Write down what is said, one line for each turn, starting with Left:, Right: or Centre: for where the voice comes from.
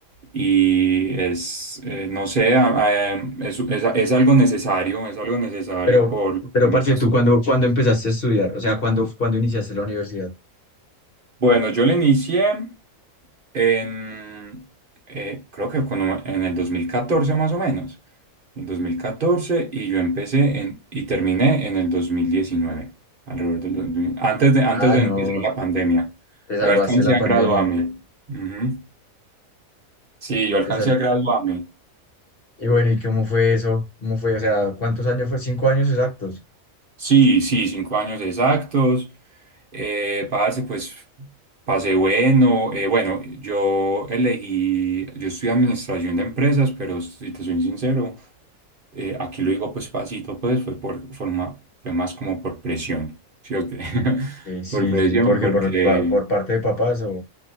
Right: Y es, eh, no sé, a- a- es, es- es algo necesario, es algo necesario
Left: Pero,
Right: por lo
Left: pero
Right: que
Left: parce,
Right: muchas...
Left: ¿tú cuándo, cuándo empezaste a estudiar? O sea, ¿cuándo, cuándo iniciaste la universidad?
Right: Bueno, yo le inicié en, eh, creo que con un- en el 2014 más o menos, el 2014 y yo empecé en, y terminé en el 2019 alrededor del 2000 antes de, antes
Left: Ah,
Right: de
Left: no,
Right: empezar la pandemia.
Left: te salvaste
Right: Yo alcancé
Left: la
Right: a
Left: pandemia.
Right: graduarme. Ujú. Sí, yo alcancé
Left: te sal-
Right: a graduarme
Left: Y bueno, ¿y cómo fue eso? ¿Cómo fue? O sea, ¿cuántos años fue? ¿Cinco años exactos?
Right: Sí, sí, cinco años exactos. Eh, parce, pues pasé bueno. eh, bueno, yo elegí, yo estudié administración de empresas, pero si te soy sincero, eh, aquí lo digo pues pasito, pues fue por forma, fue más como por presión, ¿sí o qué? <laughs>
Left: Ok, sí,
Right: Por presión,
Left: sí, sí, porque
Right: porque
Left: por, pa- por parte de papás o...